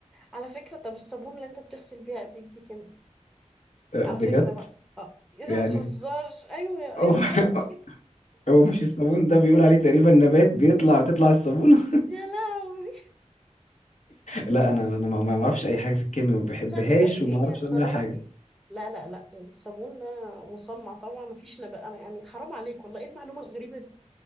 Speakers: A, in the centre; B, on the left (about 70°).
A: على فكرة طب الصابون اللي انت بتغسل بيها ايديك دي كيمياء
B: أه،
A: على
B: بجد
A: فكرة بقى اه ايه ده
B: يعني
A: ما تهزرش ايوه
B: هو
A: ايوه
B: <laughs>
A: يا ابني <laughs>
B: هو مش الصابون ده بيقول عليه تقريبا نبات بيطلع تطلع الصابونة
A: يا لهوي
B: لا انا انا ما ما اعرفش اي حاجه في الكيمياء ما بحبهاش
A: لا نبات ايه
B: وما اعرفش
A: يا خرابي
B: عنها حاجه
A: لا لا لا الصابون ده مصنع طبعا مفيش نبات انا يعني حرام عليك والله ايه المعلومة الغريبة دي